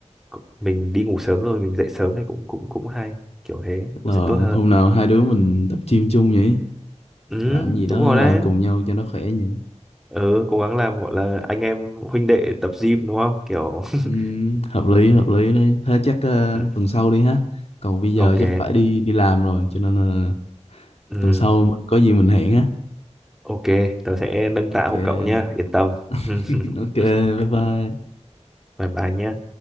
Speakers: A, in the centre; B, on the left.
A: c- mình đi ngủ sớm rồi mình dậy sớm thì cũng cũng cũng hay kiểu thế
B: chắc là
A: nó sẽ tốt hơn
B: hôm nào hai đứa mình tập gym chung nhỉ
A: ừ
B: làm gì đó
A: đúng rồi
B: làm
A: đấy
B: cùng nhau cho nó khỏe nhỉ
A: ừ cố gắng làm gọi là anh em huynh đệ tập gym đúng không kiểu
B: Ừm,
A: <laughs>
B: hợp lý hợp lý đấy thế chắc ờ,
A: Ừ,
B: tuần sau đi ha còn bây giờ
A: ok
B: chắc phải đi đi làm rồi cho nên là
A: ừ
B: tuần sau có gì mình hẹn ha
A: ok tớ sẽ nâng
B: ok
A: tạ hộ cậu nha yên tâm <laughs>
B: <laughs> ok bye bye
A: bye bye nhé